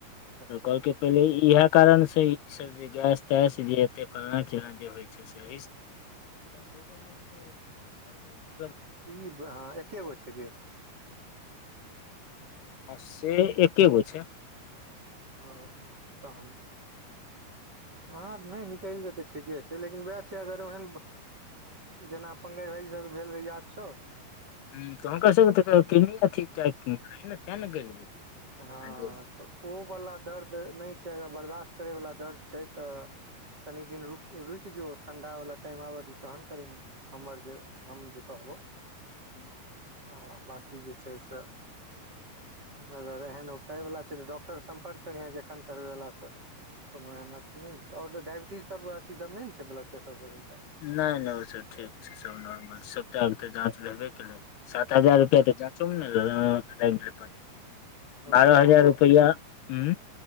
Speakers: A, on the right; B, on the left.
A: अच्छा
B: तॅं कहलकै पहिले इएहे कारण से ई सब जे गैस-तैस जे एते फलना चिलाॅं जे होय छै से <unintelligible>
A: ई हॅं एकेगो छै <unintelligible>
B: हँ से एकेगो छै।
A: आओ तहन। ह नहि निकलि जेतै ठीके छै लेकिन उएह छै अगर ओहन जेना पंकज भाईी सभ भेल रहे याद छौ
B: ह तक त किंग ने तऽ ने
A: हँ
B: आ जे
A: तऽ ओवला दर्द नहि छै अगर बर्दाश्त करयवला दर्द छै त कनी दिन रुक रुकि जो ठंडा वाला टाइम आब दी तहन करी ने हमर ज हम जे कहबो
B: <inaudible>
A: आ बाकी जे छैय सँ अगर एहन उगतय वला छै तऽ डॉक्टर सम्पर्क करिहे जखन करबे वला से कोनो एहन अथी नहि ने छैय आओर ड डायबिटीज सभ अथी सभ नैय न छैय ब्लड प्रेशर सभ हिनका
B: नहि नहि ओ सभ ठीक छैय सभ नॉर्मल सबटा आब तऽ जाँच भेबे केलै सात हजार रुपया त जाँचो मे लेले
A: हँ
B: बारह हजार
A: फोटो
B: रुपया उम